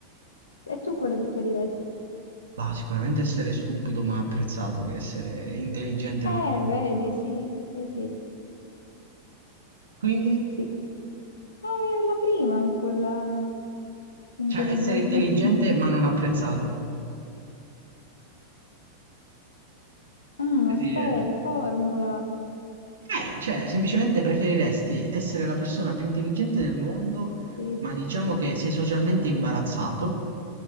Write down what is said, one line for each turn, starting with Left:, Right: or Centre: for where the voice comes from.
Left: E tu quale preferiresti?
Right: Bah, sicuramente essere stupido ma apprezzato che essere intelligente
Left: Eh,
Right: ma non apprezzato.
Left: vedi, sì, sì, sì,
Right: Quindi,
Left: sì. Eh, la prima, quella intelligente.
Right: cioè, essere intelligente
Left: <laughs>
Right: ma non apprezzato.
Left: Mm,
Right: Preferire-
Left: aspetta, riformula.
Right: Eh, cioè, semplicemente preferiresti essere la persona più intelligente del mondo,
Left: Sì.
Right: ma diciamo che sei socialmente imbarazzato,